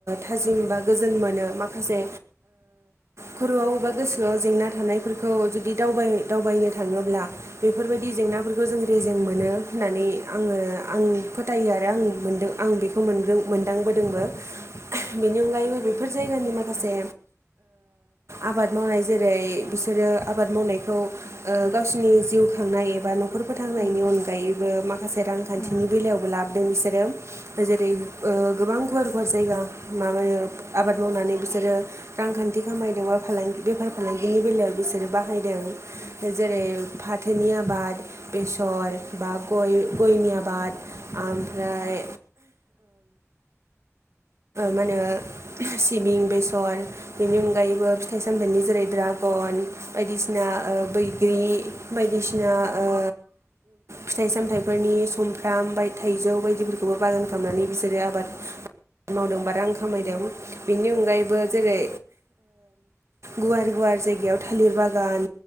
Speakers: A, on the right; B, on the left.
A: थाजिम बा गोजोन मोनो माखासे खरआव बा गोसोआव जेंना थानायफोरखौ खौ जुदि दावबायनो थाङोब्ला बेफोरबायदि जेंनाफोरखौ जों र जों मोनो होननानै आङो आं फोथायो आरो आं मोनदों आं बेखौ मोनदांबोदों जोंबो बेनि अनगायैबो बेफोर जायगानि माखासे आबाद मावनाय जेरै बिसोरो आबाद मावनायखौ गावसोरनि जिउ खांनाय एबा बा नखर फोथांनायनि
B: उम
A: अनगायैबो माखासे रांखान्थिनि
B: उम उम
A: बेलायावबो लाबोदों बिसोरो जेरै गोबां गुवार गुवार जायगा माबो आबाद मावनानै बिसोरो रांखान्थि खामायदों बा फालांगि बेफार फालांगिनि बेलायाव बि बिसोरो बाहायदों जेरै फाथोनि आबाद बेसर बा ग गयनि आबाद ओमफ्राय मा होनो सिबिं बेसर बेनि अनगायैबो फिथाइ सामथाइनि जेरै दड्रागन बायदिसिना बैग्रि ओ बायदिसिना ओ फिथाय सामथाय हथाइफोरनि सुमफ्राम बा थाइजौ बायदिफोरखौबो बागान खालामनानै बिसोरो आबाद मावदोंबा रां खामायदों बेनि अनगायैबो जेरै गुवार गुवार जायगायाव थालिर बागान